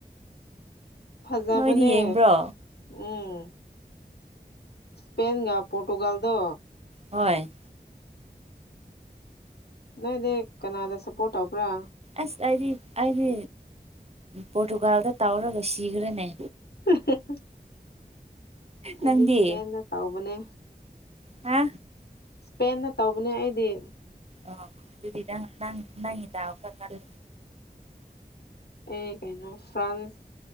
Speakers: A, on the left (about 85°); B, on the right (about 40°).
A: ꯐꯖꯕꯅꯦ
B: ꯅꯣꯏꯗꯤ ꯌꯦꯡꯕ꯭ꯔꯣ
A: ꯎꯝ ꯏꯁꯄꯦꯟꯒ ꯄꯣꯔꯇꯨꯒꯜꯗꯣ
B: ꯍꯣꯏ
A: ꯅꯣꯏꯗꯤ ꯀꯅꯥꯗ ꯁꯞꯄꯣꯔꯠ ꯇꯧꯕ꯭ꯔꯥ
B: ꯑꯁ ꯑꯩꯗꯤ ꯑꯩꯗꯤ ꯄꯣꯔꯇꯨꯒꯥꯜꯗ ꯇꯧꯔꯒ ꯁꯤꯈ꯭ꯔꯦꯅꯦ
A: <unintelligible> ꯑꯩꯗꯤ
B: ꯅꯪꯗꯤ
A: ꯏꯁꯄꯦꯟꯗ ꯇꯧꯕꯅꯦ
B: ꯍꯥ
A: ꯄꯦꯟꯗ ꯇꯧꯕꯅꯦ ꯑꯩꯗꯤ
B: ꯑꯣ ꯑꯗꯨꯗꯤ ꯅꯪ ꯅꯪꯒꯤ ꯗꯥꯎ ꯀꯜꯂꯤ
A: ꯑꯩ ꯀꯩꯅꯣ ꯐ꯭ꯔꯥꯟꯁ